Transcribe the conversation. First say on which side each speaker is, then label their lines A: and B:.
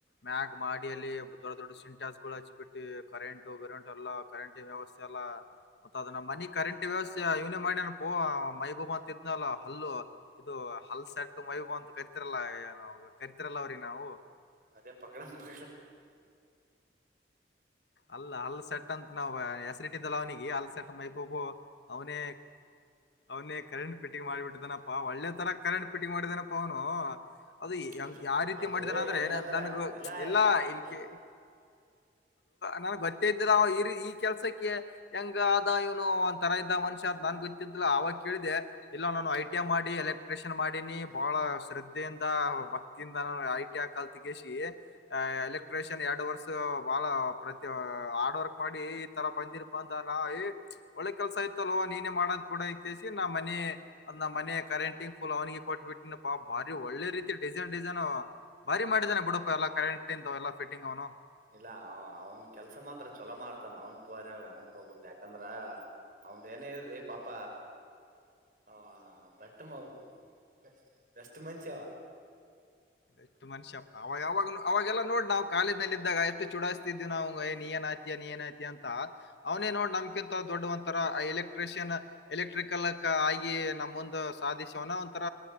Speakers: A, on the left (about 75°); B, on the right (about 50°).
A: ಮ್ಯಾಗ್ ಮಾಡಿ ಅಲ್ಲಿ ದೊಡ್ಡ ದೊಡ್ಡ ಸಿಂಟಾಸ್ ಗಳು ಹಚ್ಚಿ ಬಿಟ್ಟ ಕರೆಂಟ್ ಗರೆಂಟಟ್ ಎಲ್ಲ ಕರೆಂಟ್ ವ್ಯವಸ್ಥೆ ಎಲ್ಲ ಮತ್ತ ಅದನ್ನ ಮನಿ ಕರೆಂಟ್ ವ್ಯವಸ್ಥೆ ಇವ್ನೇ ಮಾಡ ಇವನಪೊ ಮೈಬೂಬ್ತ ಇದನಲ್ಲ ಹಲ್ಲು ಇದು
B: ಹೌದೌದು.
A: ಹಲ್ಸೆಟ್ಟು ಮೈಭೂ ಅಂತ ಕರಿತಿರಲ್ಲಾ ನಾವ ಕರಿತಿರಲ್ಲವ್ರೀ ನಾವು
B: ಅದೇ ಪಕಡಾಮ ಪೈಲ <unintelligible>
A: ಅಲ್ಲ ಹಲ್ ಸೆಟ್ ಅಂತ ನಾವ್ ಹೆಸರಿಟ್ಟಿದ್ದಲ್ಲ ಅವ್ನಿಗೆ ಅಲ್ ಸೆಟ್ ಮೈಬಾಬು ಅವನೇ ಅವನೇ ಕರೆಂಟ್ ಪಿಟ್ಟಿಂಗ್ ಮಾಡಿಬಿಟ್ಟಿದಾನಪ್ಪಾ ಒಳ್ಳೆ ತರ ಕರೆಂಟ್ ಪಿಟ್ಟಿಂಗ್ ಮಾಡಿದಾನಪ್ಪಾ ಅವನು ಅದುಂಗ
B: ಇಲ್ಲ
A: ಯಾವ ರೀತಿ
B: ಅದು
A: ಮಾಡಿದೇನ ಅಂದ್ರೆ
B: ಹೆಂಗಂದ್ರ
A: ನನಗ
B: ಇಲ್ಲ
A: ಎಲ್ಲಾ ಇಲ್ಲಿಕೆ
B: ಅದ್
A: ನನ್ ಗೊತ್ತೇ ಇದ್ದ ಇ ಈ ಕೆಲ್ಸಕ್ಕೆ ಹೆಂಗ ಅ ಇವನು ಒಂದ್ರ ಇದ್ದ ಮನುಷ್ಯ ಅ ನನ್ ಗೊ ಕಿದ್ದಿಲ ಆವಾಗ ಕೇಳಿದೆ ಇಲ್ಲಾ ನಾನು ಐಟಿಎ ಮಾಡಿ ಎಲೆಕ್ಟ್ರಿಷಿಯನ್ ಮಾಡಿನಿ
B: ಹ
A: ಬಹಳ ಶ್ರ ದ್ಧೆಯಿಂದ ಅವರು ಭಕ್ತಿಯಿಂದ ನಾನು ಐ ಟಿ ಹಾ ಕಲ್ ಕೇಶಿ ಎಲೆಕ್ಟ್ರಿಷಿಯನ್ ಎರಡು ವರ್ಷ <unintelligible> ಬಳ ಪ್ರತಿ ಹಾರ್ಡ್ ವರ್ಕ್ ಮಾಡಿ ಈ ತರ ಬಂದಿರ್ಪ ಅಂತಾನ ಏ ಒಳ್ಳೆ ಕೆಲ್ಸ ಇತ್ತಲ್ಲೋ ನೀನೇ ಮಾಡ ಕೂಡ ಇಕ್ಕೆಸಿ ನಮ್ಮನಿ ಅದ್ ನಮ್ಮ ಮನೆ ಕರೆಂಟಿಂಗ್ ಫುಲ್ ಅವನಿಗೆ ಕೊಟ್ಟಟ್ಬಿಟ್ನಪ್ಪಾ ಭಾರಿ ಒಳ್ಳೆ ರೀತಿ. ಡಿಸೈನ್ ಡಿಸೈನ್ ಅವ ಬಾರಿ ಮಾಡಿದಾನೆ ಬಿಡಪ್ಪ ಎಲ್ಲ ಕರೆಂಟ್ ಇಂದ ಅವೆಲ್ಲ ಫಿಟ್ಟಿಂಗ್ ಅವನು.
B: ಇಲ್ಲ ಅವ್ನ್ ಕೆಲ್ಸ ಮಾತ್ರ ಚೊಲೋ ಮಾಡ್ತಾನ ಅವನ್ <unintelligible> ಮನಕ್ ಹೋಗಬಡ್ದ ಯಾಕಂದ್ರ ಅವಂದ ಏನ ಇದ್ರಿ ಪಾಪ ಹ ಬಟ್ಟ ಬೆ ಬೆಸ್ಟ್ ಮಂಷಾವ
A: ಎಷ್ಟು ಮಷ್ಯ ಅವಾಗಾಗ ಅವಾಗೆಲ್ಲ ನೋಡ್ ನಾವು ಕಾಲೇಜನಲ್ಲಿ ಇದ್ದಾಗ ಎಷ್ಟು ಚೂಡಾಯಸ್ತಿದ್ ನಾವು ನೀ ಏನ ಅತ್ಯ ನೀನು ಏನಾಯ್ತು ಅಂತ ಅವನೇ ನೋ ನಮ್ಕಿಂತ ದೊಡ್ಡ ಒಂತರ ಎಲೆಕ್ಟ್ರಿಷಿಯನ್ ಎಲೆಕ್ಟ್ರಿಕಲ್ ಆಗಿ ನಮೊಂದ್ ಸಾಧಿಸುವವನ ಒಂಥರ